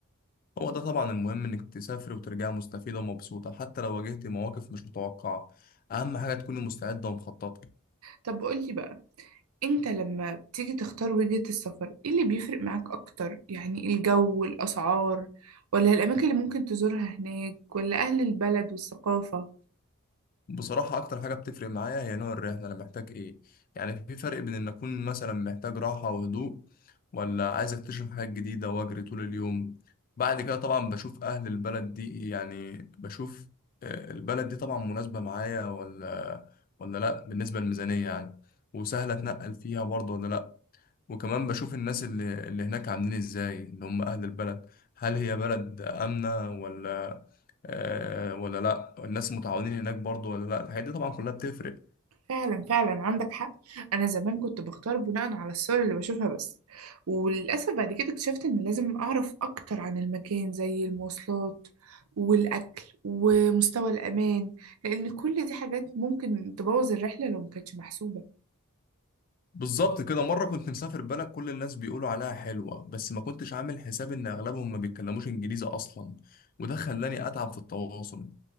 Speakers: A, on the left; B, on the right.
A: هو ده طبعا المهم انك تسافر وترجع مستفيده ومبسوطه حتى لو واجهت مواقف مش متوقعه اهم حاجه تكوني مستعده ومخططه
B: طب قولي بقى أنت لما بتيجي تختار وجهة السفر إيه اللي بيفرق معاك أكتر يعني الجو الأسعار ولا الأماكن اللي ممكن تزورها هناك ولا أهل البلد والثقافة
A: بصراحة أكتر حاجة بتفرق معايا هي نوع الرحلة أنا محتاج إيه يعني في فرق بين إن أكون مثلا محتاج راحة وهدوء ولا عايز أكتشف حاجات جديدة وأجري طول اليوم بعد كده طبعا بشوف أهل البلد دي يعني بشوف آه، البلد دي طبعا مناسبة معايا ولا ولا لأ بالنسبة للميزانية يعني وسهلة أتنقل فيها برضه ولا لأ وكمان بشوف الناس اللي, اللي هناك عاملين ازاي اللي هم اهل البلد هل هي بلد امنة ولا آه ولا لا الناس متعاونين هناك برضو ولا لا الحاجات دي طبعا كلها بتفرق
B: فعلا فعلا عندك حق انا زمان كنت بختار بناء على الصور اللي بشوفها بس وللاسف بعد كده اكتشفت ان لازم اعرف اكتر عن المكان زي المواصلات والاكل ومستوى الامان لان كل دي حاجات ممكن تبوظ الرحله لو ما كانتش محسوبه
A: بالظبط كده مرة كنت مسافر بلد كل الناس بيقولوا عليها حلوة بس ما كنتش عامل حساب ان اغلبهم ما بيتكلموش انجليزي اصلا وده خلاني اتعب في التواصل